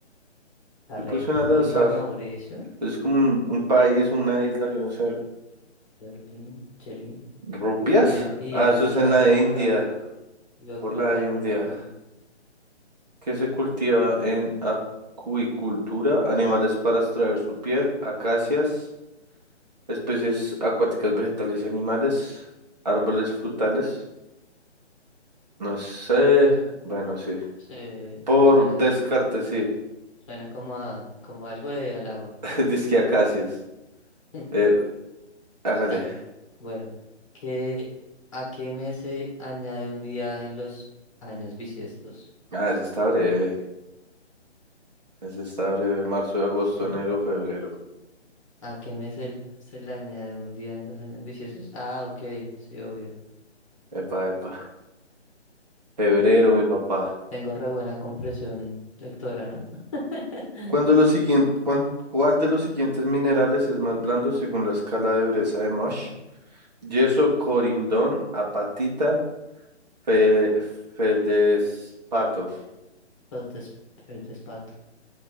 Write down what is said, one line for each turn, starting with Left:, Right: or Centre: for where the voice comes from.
Left: La
Right: Yo
Left: República
Right: puse una al azar.
Left: de Mauricio,
Right: Es como un, un país, una isla, yo no sé.
Left: Berlín, Chelín,
Right: ¿Rupias?
Left: Rupia. Y
Right: Ah,
Left: era
Right: eso
Left: lo
Right: es
Left: que
Right: en
Left: iba
Right: la
Left: a colocar.
Right: India.
Left: Iba a
Right: Por
Left: colocar
Right: la India.
Left: Rupia.
Right: que se cultiva en acuicultura, animales para extraer su piel, acacias, especies acuáticas, vegetales y animales, árboles frutales, no sé, bueno, sí,
Left: Sí,
Right: por
Left: es que suena.
Right: descarte, sí,
Left: Suena como a, como algo de al agua.
Right: <laughs> disque acacias,
Left: <laughs>
Right: eh, hágale,
Left: Dale. Bueno, ¿qué, ¿a qué mes se añade un día en los años bisiestos?
Right: ah, ese está breve, ese está breve, marzo, agosto,
Left: ¿Sí?
Right: enero, febrero,
Left: ¿A qué mes se, se le añade un día en los años bisiestos? Ah, ok, sí, obvio.
Right: epa, epa, febrero, mi papá.
Left: Tengo re buena comprensión lectora, ¿no? <laughs>
Right: ¿Cuándo lo siguiente, cuán- cuál de los siguientes minerales es más blando según la escala de dureza de Mosh? Yeso, corindón, apatita, fe, feldespato.
Left: Los des- el despato.